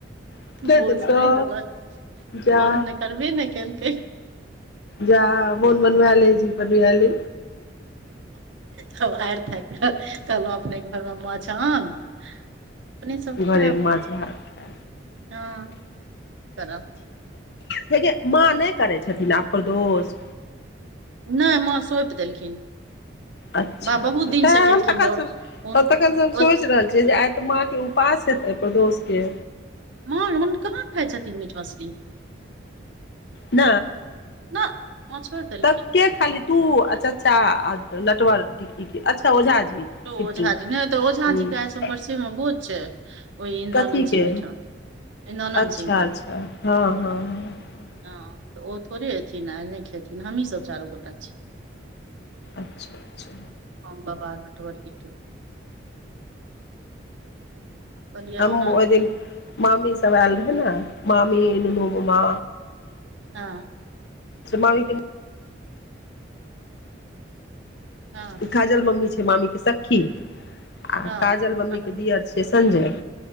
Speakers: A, on the left; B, on the right.
A: नहि
B: बोझ
A: देलकौ
B: नहि देलक
A: जा
B: बोझ नै करबे ने केलकै
A: जा मोन मनमेल जी पन भ अल
B: तब हाएर थाएक कऽ कहलहु अपने घरमे माछ आन अपने सभ खायब
A: घरे माछ भात खा।
B: हँ करब
A: हेगे माँ नहि करै छथिन आब प्रदोष
B: नहि माँ सोंपि देलखिन
A: अच्छा
B: माँ बहुत
A: अच्छा
B: दिनसँ
A: तै
B: केलखिन
A: हम तखन
B: रह हुन
A: तखन हम
B: ओ
A: सोचि रहल छियै जे आय त माँके उपास त दोसके
B: माँ मन कहाँ खाय छथिन मीट मछली
A: न
B: ना माँ छोड़ि देलखिन
A: त के खाली तू चच्चा ता नेटवर्क अच्छा ओझा जी
B: तो
A: किट्टी
B: ओझाजी
A: ह
B: नहि तऽ ओझाजी के आइ सोमबरसे मे भोज छै ओहि इन्द्रानन्द
A: कथी
B: सिंह
A: के
B: ठाम इन्द्रानन्द
A: अच्छा
B: सिंह कन
A: अच्छा हँ हँ हँ
B: हँ तऽ ओ थोड़े एथिन आ ए नहि खेथिन हमहीसभ चारू गोटा छियै
A: अच्छा अच्छा
B: अ बा ब मट पड़ कटु कहलियै
A: हम
B: ओना
A: ओहि दिन मामी सब आएल रहै मामी दुनू मामा
B: हँ
A: मामी के
B: हँ
A: खाजल मम्मी छै मामी के सखी आ
B: हँ
A: काजल मम्मी
B: हँ
A: के दियर छियै संजय